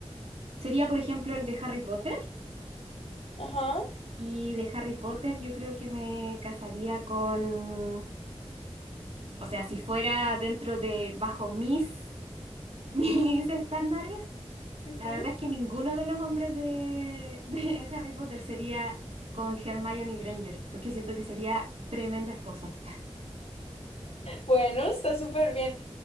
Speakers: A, on the right; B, on the left.
A: sería por ejemplo el de Harry Potter.
B: Ajá.
A: Y de Harry Potter yo creo que me casaría con, o sea, si fuera dentro de, bajo mis, <laughs> mis estándares.
B: ujú.
A: La verdad es que ninguno de los hombres de, de <laughs> Harry Potter sería con Hermione Granger, porque siento que sería tremenda esposa.
B: Bueno, está súper bien.